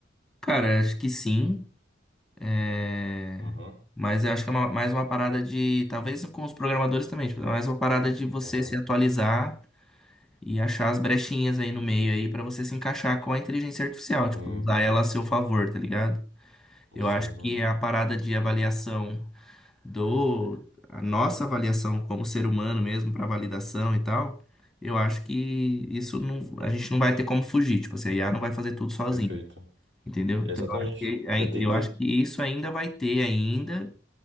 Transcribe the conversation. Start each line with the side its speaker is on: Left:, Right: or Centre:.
Centre: Cara, acho que sim. É,
Right: Aham,
Centre: Mas eu acho que é uma- mais uma parada de. Talvez com os programadores também, tipo, é mais uma parada de você
Right: aham.
Centre: se atualizar e achar as brechinhas aí no meio aí pra você se encaixar com a inteligência artificial, tipo,
Right: Sim.
Centre: usar ela a seu favor, tá ligado? Eu
Right: Sim,
Centre: acho
Right: uhum.
Centre: que a parada de avaliação do. A nossa avaliação como ser humano mesmo, pra validação e tal, eu acho que isso não. A gente não vai ter como fugir, tipo, assim, a IA não vai fazer tudo sozinho.
Right: Perfeito.
Centre: Entendeu?
Right: É
Centre: Então,
Right: exatamente.
Centre: eu acho que, aí-
Right: Vai ter
Centre: eu
Right: que ter
Centre: acho que isso ainda vai ter ainda,